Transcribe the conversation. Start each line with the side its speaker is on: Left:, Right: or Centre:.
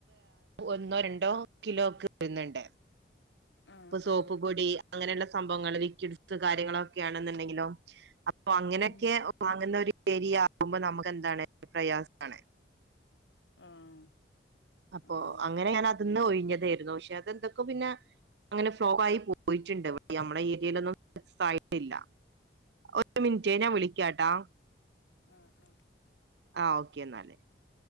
Right: ഒന്നോ രണ്ടോ കിലോ ക്ക് തരുന്നുണ്ട്
Left: ആഹ്
Right: ഇപ്പൊ സോപ്പ്പൊടി
Left: ആഹ്
Right: അങ്ങനെയുള്ള സംഭവങ്ങള് വികിഡ്ത് കാര്യങ്ങളൊക്കെ ആണെങ്കിലോ ഒ അങ്ങനെയൊക്കെ
Left: ഉം
Right: വാങ്ങുന്നോര് ശരിയാകുമ്പോ നമുക്ക് എന്താണ് പ്രയാസം ണ്
Left: ആഹ്
Right: അപ്പൊ
Left: ആഹ്
Right: അങ്ങനെയാണ് അതിന്ന് ഒഴി ഒഴിഞ്ഞതായിരുന്നു പക്ഷെ അതെന്തൊക്കെ പിന്നെ അങ്ങനെ ഫ്ലോഗ് ആയി പോയിട്ട്ണ്ട് നമ്മുടെ ഏരിയയിലൊന്നും സായിട്ടില്ല ഒരു മിനിറ്റ് ഞാൻ വിളിക്കാട്ടാ
Left: ഉം ഉം
Right: ആഹ് ഓക്കെ എന്നാല്